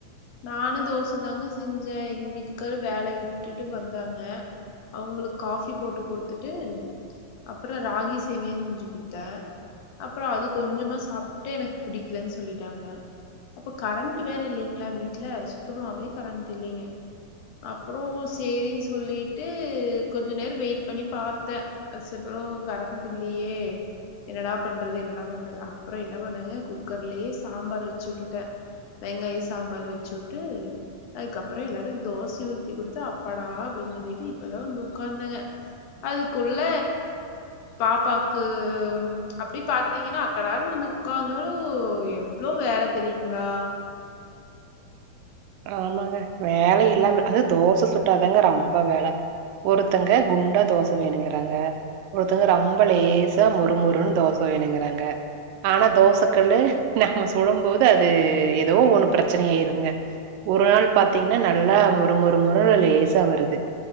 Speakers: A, on the left; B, on the right.
A: நானு தோச தாங்க செஞ்சே எங்க வீட்டுக்காரு வேலைய விட்டுட்டு வந்தாங்க அவங்களுக்கு காஃபி போட்டு குடுத்துட்டு அப்றோ ராகி சேமியா செஞ்சு குடுத்தே அப்றோ அது கொஞ்சமா சாப்ட்டு எனக்கு புடிக்கலன்னு சொல்லிட்டாங்க அப்ப கரண்ட் வேற இல்லிங்ளா வீட்ல சுத்தமாவே கரண்ட் இல்லிங்க அப்பறோ சேரின்னு சொல்லீட்டு கொஞ்ச நேரோ வெயிட் பண்ணி பாத்த <unintelligible> கரண்ட் இல்லியே என்னடா பண்றது என்னடா பண்றது அப்றோ என்ன பண்ணுங்க குக்கர்லயே சாம்பார் வெச்சுவுட்டுட்ட வெங்காய சாம்பார் வெச்சூட்டு அதுக்கப்பறோ எல்லாத்துக்கு தோசயூத்தி குடுத்து அப்பாடா அப்டின்னு சொல்லிட்டு இப்பதா வந்து உக்காந்தங்க அதுக்குள்ள பாப்பாக்கு அப்டி பாத்தீங்கன்னா அக்கடான்னு வந்து உக்காந்தாலு எவ்ளோ வேல தெரியுங்களா
B: ஆமாங்க வேல இல்லாம அது தோச சுட்டாதாங்க ரொம்ப வேல ஒருத்தங்க குண்டா தோச வேணுங்கறாங்க ஒருத்தங்க ரொம்ப லேசா மொறு மொறுன் தோச வேணுங்கறாங்க ஆனா தோசக் கல்லு நம்ம சுடம் போது அது எதோ ஒண்ணு பிரச்சனயாயிருதுங்க ஒரு நாள் பாத்திங்கன்னா நல்லா மொறு மொறு மொறுன்னு லேசா வருது